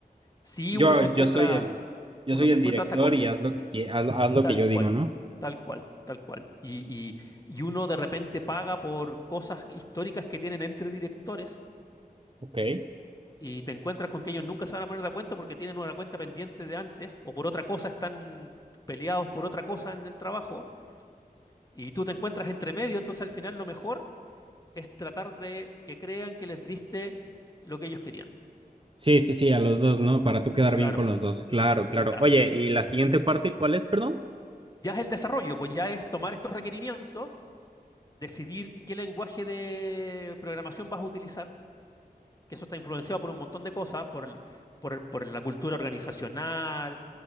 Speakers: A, on the left; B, on the right.
A: Si
B: Yo,
A: uno se encuentra,
B: yo soy el, yo
A: uno
B: soy
A: se
B: el
A: encuentra
B: director
A: hasta con
B: y haz lo que quie- haz, haz lo
A: tal
B: que yo digo,
A: cual,
B: ¿no?
A: tal cual, tal cual. Y, y- y uno de repente paga por cosas históricas que tienen entre directores
B: Ok.
A: y te encuentras con que ellos nunca se van a poner de acuerdo porque tienen una cuenta pendiente de antes o por otra cosa están peleados por otra cosa en el trabajo y tú te encuentras entre medio, entonces al final lo mejor es tratar de que crean que les diste lo que ellos querían.
B: Sí, sí, sí, a los dos, ¿no? Para tú quedar
A: Claro,
B: bien con los dos. Claro, claro.
A: claro.
B: Oye, ¿y la siguiente parte cuál es, perdón?
A: Ya es el desarrollo, pues ya es tomar estos requerimientos, decidir qué lenguaje de programación vas a utilizar, que eso está influenciado por un montón de cosas, por, el- por el- por la cultura organizacional,